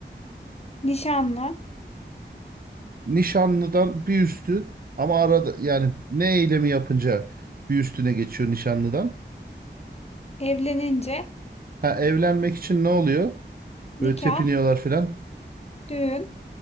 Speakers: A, on the left; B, on the right.
A: Nişanlı,
B: nişanlıdan bir üstü ama arada yani ne eylemi yapınca bir üstüne geçiyor nişanlıdan?
A: evlenince,
B: Ha evlenmek için ne oluyor? Böyle
A: nikah,
B: tepiniyorlar filan.
A: düğün.